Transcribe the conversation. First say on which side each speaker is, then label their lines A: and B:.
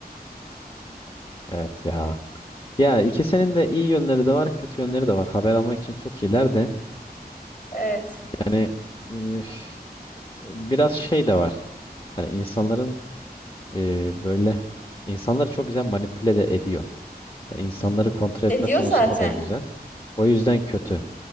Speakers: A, on the left; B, on the left.
A: Evet ya. Ya ikisinin de iyi yönleri de var, kötü yönleri de var. Haber almak için çok iyiler de.
B: Evet.
A: Yani üf, biraz şey de var. Hani insanların e, böyle insanları çok güzel manipüle de ediyor. Yani insanları kontrol
B: Ediyor
A: etme konusunda
B: zaten.
A: da güzel. O yüzden kötü.